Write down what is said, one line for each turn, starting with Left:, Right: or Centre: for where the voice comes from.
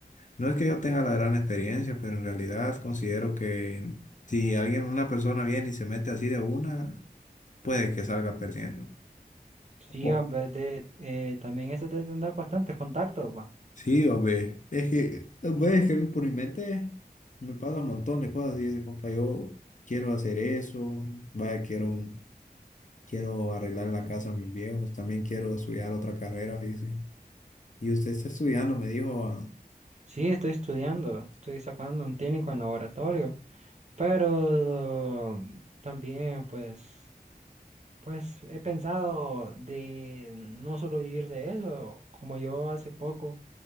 Left: no es que yo tenga la gran experiencia, pero en realidad considero que si alguien, una persona viene y se mete así de una, puede que salga perdiendo.
Right: Sí,
Left: Oh,
Right: hombre, de, eh, también eso debe tener bastantes contactos, va.
Left: Sí, hombre, es que, hombre, es que a mí por mi mente me pasa un montón de cosas y dice, compa, yo quiero hacer eso, vaya, quiero, quiero arreglar la casa a mis viejos, también quiero estudiar otra carrera, dice. Y usted está estudiando, me dijo,
Right: Sí, estoy estudiando, estoy sacando un técnico en laboratorio, pero también, pues. Pues he pensado de no solo vivir de eso, como yo hace poco